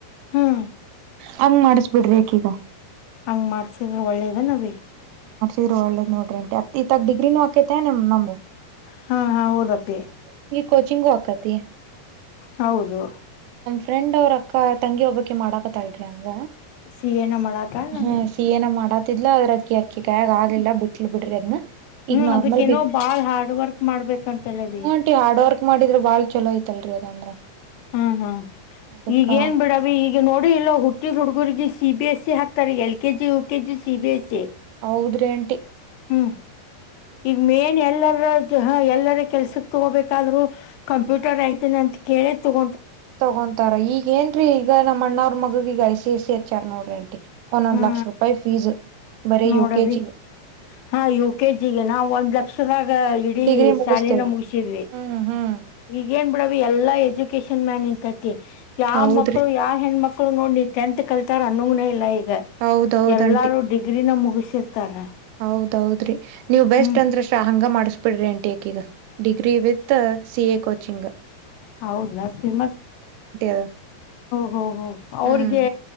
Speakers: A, on the left (about 80°); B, on the right (about 80°).
A: ಹ್ಮ್
B: ಹಂಗ್ ಮಾಡಿಸ್ಬಿಡ್ರಿ ಆಕಿಗ
A: ಹಂಗ್ ಮಾಡ್ಸಿದ್ರ ಒಳ್ಳೇದೇನವ್ವಿ
B: ಇರು ಒಳ್ಳೇದ್ ನೋಡ್ರಿ ಆಂಟಿ ಅತ್ ಈತಾಗ್ ಡಿಗ್ರಿನೂ ಆಕೈತೆ ನಿಮ್ ನಮ್ದ್
A: ಹಾ ಹಾ ಓದಪ್ಪಿ
B: ಕೋಚಿಂಗು ಆಕ್ಕತಿ
A: ಹೌದು
B: ಫ್ರೆಂಡ್ ಅವ್ರಕ್ಕ ತಂಗಿ ಒಬ್ಬಕಿ ಮಾಡಕತ್ತಾಳ್ರಿ ದಂಗ
A: ಸಿ ಏನ ಮಾಡತಾಳ ನವಿ
B: ಹಾ ಸಿ ಎ ನ ಮಾಡಾತ್ ತಿದ್ಲು ಅದ್ರ ಅಕ್ಕಿ ಅಕ್ಕಿ ಕೈಯ್ಯಗ್ ಆಗ್ಲಿಲ್ಲ ಬಿಟ್ಲು ಬಿಡ್ರಿ ಅದ್ನ
A: ಹ್ಮ್
B: ಈಗ ನಾರ್ಮಲ್
A: ಅದಕ್ಕೇನೋ
B: ಬಿ
A: ಬಾಳ್ ಹಾರ್ಡ್ ವರ್ಕ್ ಮಾಡ್ಬೇಕಂತಲವಿ
B: ಹು ಆಂಟಿ ಹಾರ್ಡ್ ವರ್ಕ್ ಮಾಡಿದ್ರ ಬಾಳ್ ಚಲೋಐತಲ್ರಿ ಅದಂದ್ರ
A: ಹ್ಮ್ ಹ್ಮ್
B: ಅದಕ್ಕ
A: ಈಗೇನ್ ಬಿಡವಿ ಈಗ್ ಈಗ ನೋಡಿ ಇಲ್ಲ ಹುಟ್ಟಿದ್ ಹುಡುಗರ್ರಿಗೆ ಸಿ ಬಿ ಎಸ್ ಸಿ ಹಾಕ್ತಾರೆ ಈ L K G U K G C B S C
B: ಹೌದ್ರ ಅಂಟಿ
A: ಹ್ಮ್ ಈಗ ಮೇನ್ ಎಲ್ಲರ ಎಲ್ಲರ ಕೆಲ್ಸಕ್ ತಗೋಬೇಕಾದ್ರು ಕಂಪ್ಯೂಟರ್ ಆಐತೇನೆ ಅಂತ ಕೇಳಿ ತಗ
B: ತಗೊಂತಾರ ಈಗ ಏನ್ರೀ ಈಗ ನಮ್ಮ ಅಣ್ಣ ಅವ್ರ ಮಗ ಈಗ ಐ ಸಿ ಐ ಸಿ ಹಚ್ಚಾರ್ ನೋಡ್ರಿನ್ರಿ
A: ಹಾ
B: ಲಕ್ಷ ರೂಪಾಯ ಫೀಸ್ ಬರೆ
A: ನೋಡವಿ
B: ಯುಕ ಚ
A: ಹಾ ಯು ಕೆ ಜಿಗೆ ನಾವವು ಒಂದ್ ಲಕ್ಷದಾಗ ಇಡೀ
B: ಡಿಗ್ರಿ ಮುಗಿಸ್ತೇವಿ
A: ಸ್ಯಾಲಿನ ಮುಗಿಸಿದ್ವಿ
B: ಹ್ಮ್ ಹ್ಮ್
A: ಈಗ ಏನ್ ಬಿಡವ ಎಲ್ಲಾ ಎಜುಕೇಶನ್ ಮ್ಯಾನ್ ಇಂತತಿ ಯಾವ
B: ಹೌದ್ರಿ
A: ಮಕ್ಳು ಯಾವ ಹೆಣ್ಮಕ್ಳು ಮ ನೋಡ್ ಟೆಂತ್ ಕಲ್ತಾರ ಅನ್ನಂಗನೆ ಇಲ್ಲ ಈಗ
B: ಹೌದೌದ್
A: ಎಲ್ಲಾರು
B: ಆಂಟಿ
A: ಡಿಗ್ರಿನ ಮುಗಸಿರ್ತಾರ
B: ಹೌದೌದ್ರಿ ನೀವ್ ಬೆಸ್ಟ್
A: ಹ್ಮ್
B: ಅಂದ್ರೆ ಶ ಹಂಗ ಮಾಡಿಸಬಿಡ್ರಿ ಅಂಟಿ ಯಾಕೀಗ ಡಿಗ್ರಿ ವಿತ್ ಸಿಎ ಕಚಿಂಗ್
A: ಹೌದ ಮ
B: ಅದ
A: ಹೋ ಹ ಅವ್ರಿಗೆ
B: ಹ್ಮ್